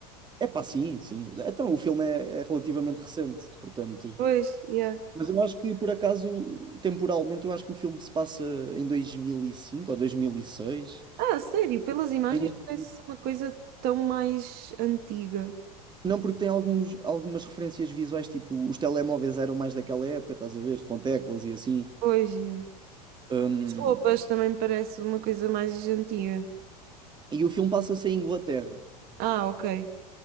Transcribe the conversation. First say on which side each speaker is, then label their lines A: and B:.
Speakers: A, on the right (about 20°); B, on the right (about 50°).
A: É pá, sim, sim. Então, o filme é, é relativamente recente, portanto.
B: Pois, yeah.
A: Mas eu acho que, por acaso, temporalmente, eu acho que o filme se passa em 2005 ou 2006.
B: Ah, sério, pelas imagens
A: Tem esse-
B: parece uma coisa tão mais antiga.
A: Não, porque tem alguns, algumas referências visuais, tipo, os telemóveis eram mais daquela época, estás a ver, com teclas e assim.
B: Pois é.
A: Hum,
B: As roupas também parece uma coisa mais antiga.
A: e o filme passa-se em Inglaterra,
B: Ah, ok.